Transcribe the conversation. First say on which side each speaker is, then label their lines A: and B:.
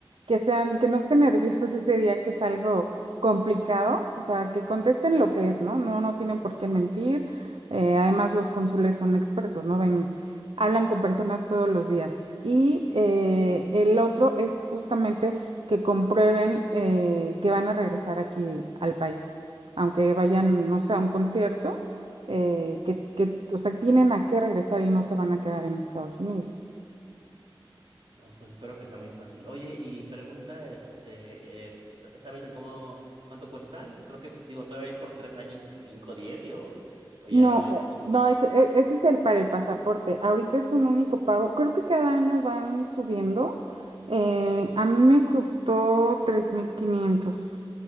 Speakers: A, on the right; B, on the right.
A: que sean, que no estén nerviosos ese día, que es algo complicado, o sea, que contesten lo que es, ¿no? No, no tienen por qué mentir. eh, además, los cónsules son expertos, ¿no? Ven, hablan con personas todos los días. Y eh, el otro es justamente que comprueben eh, que van a regresar aquí al país, aunque vayan, no sé, a un concierto, eh, que, que, o sea, tienen a qué regresar y no se van a quedar en Estados Unidos.
B: No, pues espero que sea muy fácil. Oye, y pregunta, este, eh, sa- ¿sabes en cómo, cuánto cuestan? Creo que es, digo, todavía hay por tres años y cinco, diez, y o, o ya
A: No,
B: no es
A: eh,
B: como
A: no,
B: antes.
A: ese, e- ese es el para el pasaporte. Ahorita es un único pago. Creo que cada año van subiendo. Eh, a mí me costó tres tres mil quinientos,